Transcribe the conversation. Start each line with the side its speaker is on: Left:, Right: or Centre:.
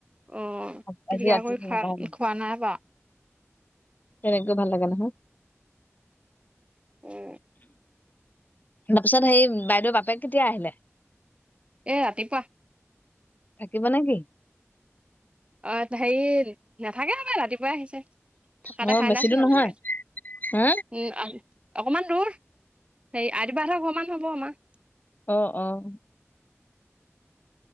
Right: অ
Left: আ
Right: পিটিকা
Left: আজি ৰাতি
Right: কৰি
Left: <unintelligible>
Right: খোৱা খোৱা নাই বাৰু
Left: তেনেকো ভাল লাগে নহয়।
Right: উম।
Left: তাৰপিছত হেৰি, বাইদেউৰ বাপেক কেতিয়া আহিলে?
Right: এ ৰাতিপুৱা।
Left: থাকিব নেকি?
Right: অ' হেৰি, নাথাকে হপাই ৰাতিপুৱাই আহিছে। থকা
Left: অ
Right: দেখা
Left: বেছি
Right: নাইচোন নাছিলোঁ
Left: দূৰ নহয়
Right: আজিলৈকে।
Left: হা
Right: উম, আ অকণমান দূৰ, হেৰি আইটো বা হঁতৰ ঘৰ মান হ'ব আমাৰ।
Left: অঁ, অঁ।